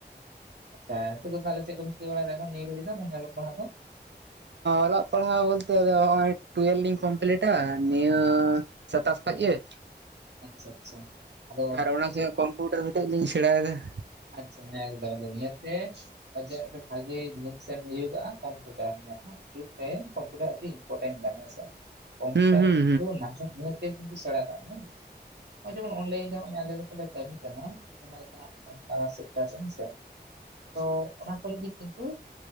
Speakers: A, on the right (about 75°); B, on the right (about 90°).
A: ᱟᱪᱪᱷᱟ ᱦᱤᱛᱳᱜ ᱫᱚ ᱛᱟᱦᱞᱮ ᱪᱮᱫ ᱠᱚᱢ ᱪᱤᱠᱟᱹ ᱵᱟᱲᱟᱭ ᱫᱟ ᱮᱠᱷᱚᱱ ᱱᱤᱭᱟᱹ ᱫᱚ ᱢᱟᱱᱮ ᱚᱞᱚᱜ ᱯᱟᱲᱦᱟᱣ ᱠᱚ
B: ᱚᱞᱚᱜ ᱯᱟᱲᱦᱟᱣ ᱵᱚᱞᱛᱮ ᱱᱚᱜᱼᱚᱭ ᱴᱩᱭᱮᱞ ᱞᱤᱧ ᱠᱚᱢᱯᱞᱤᱴᱟ ᱱᱤᱭᱟᱹ ᱥᱟᱛᱟᱥ ᱠᱷᱚᱡ ᱜᱮ
A: ᱟᱪᱪᱷᱟ ᱟᱪᱪᱷᱟ ᱟᱫᱚ
B: ᱟᱨ ᱚᱱᱟ <unintelligible>
A: ᱪᱮᱫ
B: <unintelligible> ᱢᱤᱫᱴᱮᱡ ᱞᱤᱧ ᱥᱮᱬᱟᱭ ᱫᱟ ᱾
A: ᱟᱪᱪᱷᱟ ᱮᱠᱫᱚᱢ ᱱᱤᱭᱟᱹᱛᱮ ᱟᱹᱰᱤ ᱵᱷᱟᱜᱮ ᱡᱤᱱᱤᱥ ᱮᱢ ᱤᱭᱟᱹ ᱠᱟᱜᱼᱟ <unintelligible> ᱱᱟᱦᱟᱜ ᱡᱩᱜᱽ ᱨᱮ <unintelligible> ᱟᱹᱰᱤ <unintelligible> ᱦᱮᱸᱥᱮ ᱠᱚᱢᱯᱤᱭᱩᱴᱟᱨ
B: ᱦᱩᱸ ᱦᱩᱸ
A: ᱠᱤᱱᱛᱩ ᱱᱟᱥᱮ ᱱᱤᱦᱟᱹᱛ ᱜᱮ ᱠᱤᱱᱛᱩ ᱥᱮᱬᱟ ᱠᱟᱜ ᱢᱮ ᱱᱚᱜᱼᱚᱭ ᱡᱮᱢᱚᱱ ᱚᱱ ᱞᱟᱭᱤᱱ ᱨᱮ ᱱᱚᱜᱼᱚᱭ ᱟᱞᱮ ᱜᱮᱛᱚ ᱞᱮ ᱠᱟᱹᱢᱤ ᱠᱟᱱᱟ ᱟᱭᱢᱟ ᱞᱮᱠᱟᱱᱟᱜ ᱚᱱᱠᱟ ᱥᱮᱠᱴᱟᱨ ᱨᱮ ᱦᱮᱸᱥᱮ ᱛᱚ ᱚᱱᱟ ᱠᱚ ᱞᱟᱹᱜᱤᱫ ᱠᱤᱱᱛᱩ